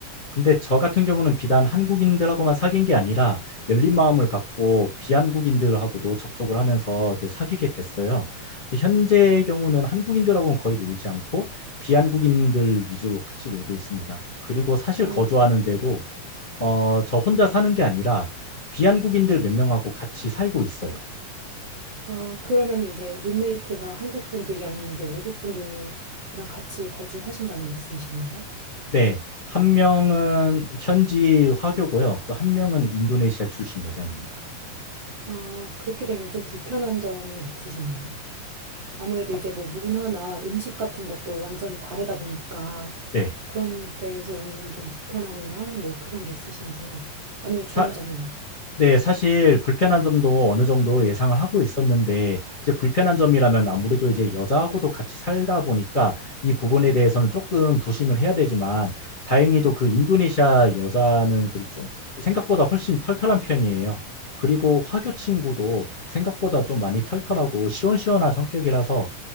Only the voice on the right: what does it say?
아,
네.
아, 그러면은 이제 룸메이트가 한국 분들이 아닌 이제 외국 분들이랑 같이 거주하신다는 말씀이신가요?
아, 그렇게 되면 좀 불편한 점은 없으신가요? 아무래도
이제 뭐 문화나 음식 같은 것도 완전히 다르다 보니까
그런 데에서 오는 좀 불편함이나 뭐 그런 게 있으신지 아니면
좋은 점이나.